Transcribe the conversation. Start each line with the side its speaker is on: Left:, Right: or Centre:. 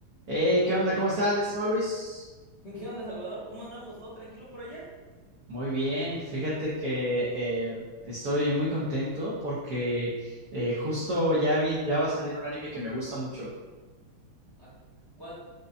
Right: Eh, ¿qué onda? ¿Cómo estás, mi estimado Luis?
Left: <laughs> ¿Qué onda, Salvador? ¿Cómo andamos? ¿Todo tranquilo por allá?
Right: Muy bien, fíjate que eh, estoy muy contento porque eh, justo ya, bien, ya va a salir un anime que me gusta mucho.
Left: Ah, ¿Cuál?